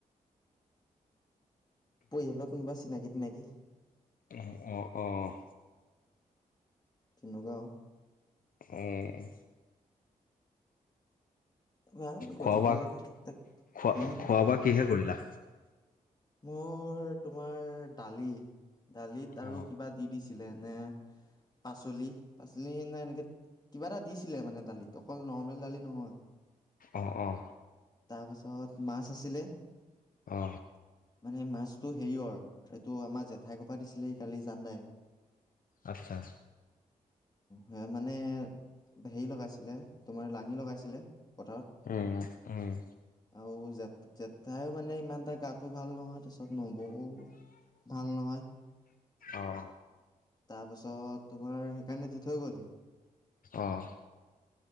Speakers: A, on the left; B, on the left.
A: পৰিয়ালৰ কোনোবা চিনাকি তিনাকি
B: অহ, অ', অ', অ',
A: তেনেকুৱা আও।
B: অ',
A: ভাল গৈ
B: খোৱা
A: থাকিব
B: বোৱা
A: লাগে তাক
B: খোৱা
A: উম,
B: খোৱা বোৱা কিহে কৰিলা?
A: মোৰ তোমাৰ দালি-দালিত আৰু
B: অ
A: কিবা দি দিছ দিলেনে পাচলি-পাচলি এ নে এনেকে কিবা এটা দিছিলে, মানে দালিত অকল নৰ্মেল দালি নহয়।
B: অ', অ'।
A: তাৰপাছত মাছ আছিলে।
B: অ
A: মানে মাছটো হেৰিয়ৰ এইটো আমাৰ জেঠাইৰ। ঘৰৰ পৰা দিছিলেহি কালি জানদাই।
B: আচ্ছা।
A: সেয়া মানে হেৰি লগাইছিলে, তোমাৰ লাঙি লগাইছিলে। পথাৰত
B: উম উম।
A: আৰু জ -জেঠাই মানে ইমানটা গাতো ভাল নহয়। তাৰ পিছত নবৌ ভাল নহয়।
B: অ'।
A: তাৰ পাছত তোমাৰ সেইকাৰণে দি থৈ গ'লহি।
B: অ'।